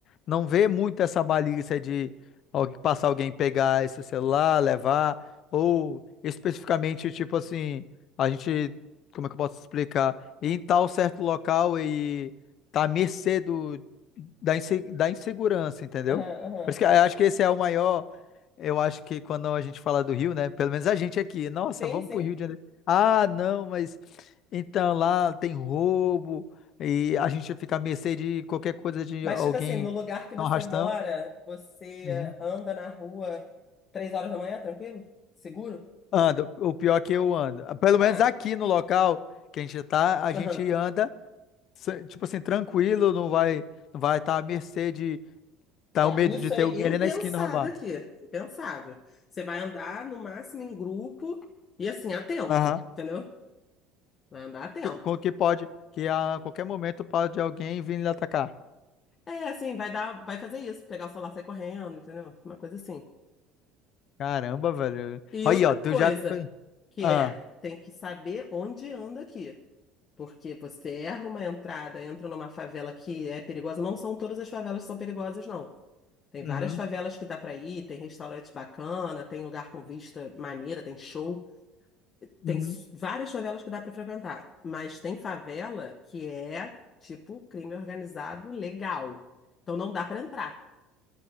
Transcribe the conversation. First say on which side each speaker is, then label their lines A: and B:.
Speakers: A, on the left (about 50°); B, on the left (about 35°).
A: não vê muito essa malícia de al- passar alguém pegar esse celular, levar, ou especificamente, tipo assim, a gente, como é que eu posso explicar? Ir em tal certo local e tá à mercê do, da, inse- da insegurança, entendeu?
B: Aham, aham.
A: Por isso que eu acho que esse é o maior, eu acho que quando a gente fala do Rio, né, pelo menos a gente aqui, nossa,
B: Sim,
A: vamos
B: sim.
A: pro Rio de Janeiro. Ah, não, mas então lá tem roubo e a gente fica à mercê de qualquer coisa de
B: Mas,
A: alguém
B: tipo assim, no lugar que você
A: dar um arrastão.
B: mora, você
A: Uhum.
B: anda na rua três horas da manhã, tranquilo? Seguro?
A: Anda, o pior é que eu ando. Ah, Pelo
B: Ah,
A: menos aqui no local que a gente tá, a gente
B: <laughs>
A: anda, se- tipo assim, tranquilo, não vai não vai estar à mercê de tá
B: É,
A: o medo
B: isso
A: de ter
B: é
A: alguém
B: impensado
A: ali na esquina roubar.
B: aqui, impensável. Você vai andar no máximo em grupo e assim, atento,
A: Aham.
B: entendeu? Vai andar atento.
A: Que- Com que pode, que a qualquer momento pode alguém vir lhe atacar.
B: É, assim, vai dar, vai fazer isso, pegar o celular, e sair correndo, entendeu? Uma coisa assim.
A: Caramba, velho.
B: E
A: Aí,
B: outra
A: ó,
B: coisa,
A: tu já.
B: que
A: Ah.
B: é, tem que saber onde anda aqui. Porque você erra uma entrada, entra numa favela que é perigosa. Não são todas as favelas que são perigosas, não. Tem
A: Uhum.
B: várias favelas que dá pra ir, tem restaurante bacana, tem lugar com vista maneira, tem show. Tem
A: uhum.
B: s- várias favelas que dá para frequentar, mas tem favela que é tipo crime organizado legal. Então não dá para entrar,